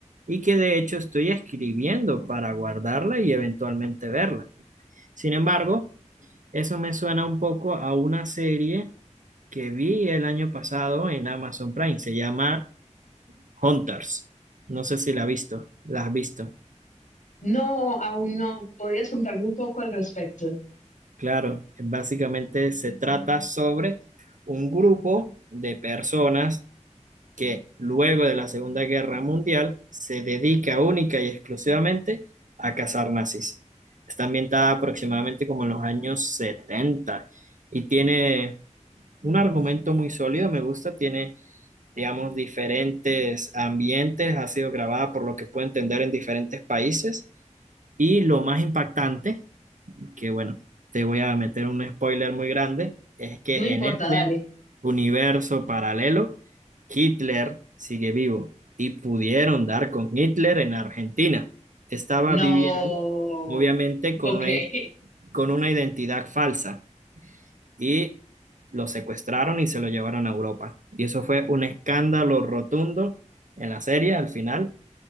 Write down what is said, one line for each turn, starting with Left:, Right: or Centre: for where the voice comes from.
Right: y que de hecho estoy escribiendo para guardarla y eventualmente verla. Sin embargo, eso me suena un poco a una serie que vi el año pasado en Amazon Prime, se llama Hunters. No sé si la has visto, la has visto.
Left: No, aún no. ¿Podrías contarme un poco al respecto?
Right: Claro, básicamente se trata sobre un grupo de personas que luego de la Segunda Guerra Mundial se dedica única y exclusivamente a cazar nazis. Está ambientada aproximadamente como en los años 70 y tiene un argumento muy sólido, me gusta, tiene, digamos, diferentes ambientes, ha sido grabada por lo que puedo entender en diferentes países y lo más impactante que bueno, te voy a meter un spoiler muy grande, es que
Left: No importa,
Right: en ese
Left: dale.
Right: universo paralelo, Hitler sigue vivo y pudieron dar con Hitler en Argentina. Estaba
Left: No,
Right: viviendo, obviamente,
Left: no
Right: con
Left: puedo creer.
Right: una, con una identidad falsa y lo secuestraron y se lo llevaron a Europa. Y eso fue un escándalo rotundo en la serie al final,